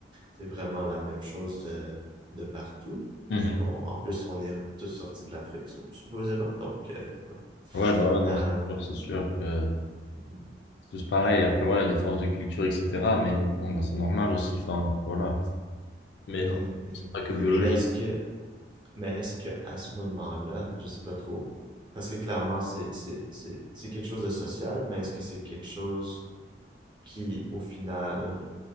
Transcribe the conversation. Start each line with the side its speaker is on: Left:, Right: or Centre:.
Right: c'est vraiment la même chose de, de partout,
Left: Mhm.
Right: vu qu'on, en plus, on est tous sortis de l'Afrique, supposément. Donc, euh, ouais.
Left: Ouais, bah ouais, non,
Right: Euh,
Left: c'est sûr, c'est sûr que.
Right: mhm,
Left: C'est tous pareil. Après, voilà, différence de culture, etc. Mais bon, bah, c'est normal aussi. Enfin, voilà. Mais
Right: mhm,
Left: non,
Right: mhm.
Left: c'est pas que biologique.
Right: Mais est-ce que, mais est-ce que à ce moment-là, je sais pas trop, parce que clairement, c'est, c'est, c'est, c'est quelque chose de social, mais est-ce que c'est quelque chose qui, au final,